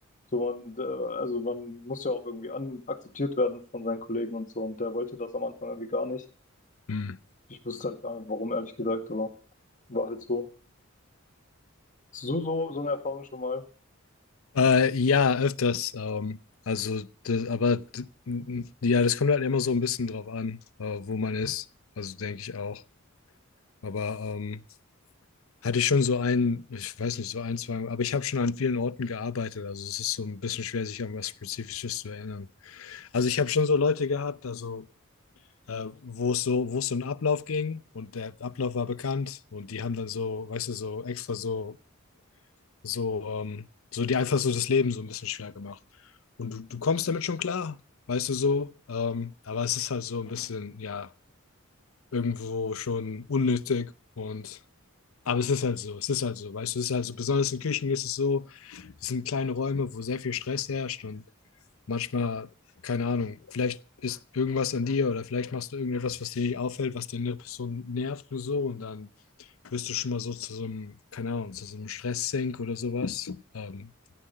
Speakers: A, on the left; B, on the left.
A: So man, äh, also man muss ja auch irgendwie an akzeptiert werden von seinen Kollegen und so. Und der wollte das am Anfang irgendwie gar nicht.
B: Hm.
A: Ich wusste halt gar nicht, warum, ehrlich gesagt, aber war halt so. So, so, so eine Erfahrung schon mal.
B: Äh, ja, öfters. Ähm, also, das, aber d- n- ja, das kommt halt immer so ein bisschen drauf an, äh, wo man ist. Also denke ich auch. Aber ähm, hatte ich schon so einen, ich weiß nicht, so ein, zwei, aber ich habe schon an vielen Orten gearbeitet. Also es ist so ein bisschen schwer, sich an was Spezifisches zu erinnern. Also ich habe schon so Leute gehabt, also äh, wo es so, wo es so einen Ablauf ging und der Ablauf war bekannt und die haben dann so, weißt du, so extra so so, ähm, so dir einfach so das Leben so ein bisschen schwer gemacht. Und du, du kommst damit schon klar, weißt du so. Ähm, aber es ist halt so ein bisschen, ja, irgendwo schon unnötig und. Aber es ist halt so, es ist halt so, weißt du, es ist halt so, besonders in Küchen ist es so, es sind kleine Räume, wo sehr viel Stress herrscht und manchmal, keine Ahnung, vielleicht ist irgendwas an dir oder vielleicht machst du irgendetwas, was dir nicht auffällt, was die andere Person nervt nur so und dann wirst du schon mal so zu so einem, keine Ahnung, zu so einem Stresssink oder sowas. Ähm,